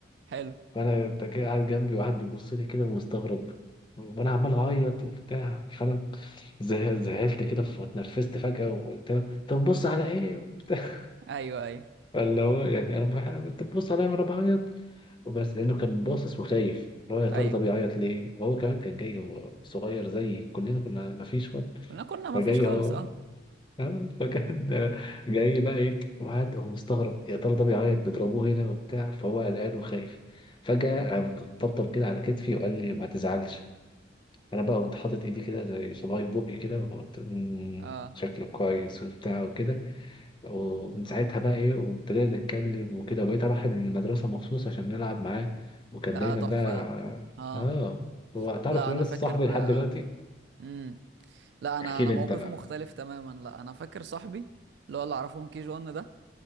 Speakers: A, on the right (about 65°); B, on the left (about 25°).
A: حلو
B: فانا أنت جاي قاعد جنبي وقعد بيبص لي كده ومستغرب وانا عمال اعيط وبتاع فانا زه- زهقت كده فاتنرفزت فجأة وقلت له طب بص على ايه وبتاع.
A: ايوه ايوه
B: فاللي هو يعني انا بح- انت بتبص عليا وانا بعيط وبس لانه كان باصص وخايف اللي هو يا ترى
A: ايوه
B: ده بيعيط ليه وهو كمان كان جاي وهو صغير زيي كلنا كنا ما فيش وقت
A: كنا كنا ما
B: فجاي
A: فيش خالص
B: اهو
A: اه
B: آه، فكان <laughs> آه، جاي بقى ايه وقعد هو مستغرب يا ترى ده بيعيط بيضربوه هنا وبتاع فهو قلقان وخايف فجأة قام طبطب كده على كتفي وقال لي ما تزعلش انا بقى قمت حاطط ايدي كده زي صباعي في بقي كده وقلت "مم،
A: اه
B: شكله كويس وبتاع وكده ومن ساعتها بقى ايه وابتدينا نتكلم وكده وبقيت اروح المدرسة مخصوص عشان نلعب معاه وكان
A: ده
B: دايما
A: تحفة
B: بقى
A: ده اه
B: اه هو تعرف
A: لا
B: ان
A: انا
B: انا
A: فاكر
B: لسه صاحبي لحد دلوقتي
A: امم لا انا
B: احكي
A: انا
B: لي
A: موقفي
B: انت بقى
A: مختلف تماما لا انا فاكر صاحبي اللي هو اللي اعرفه من كي جي 1 ده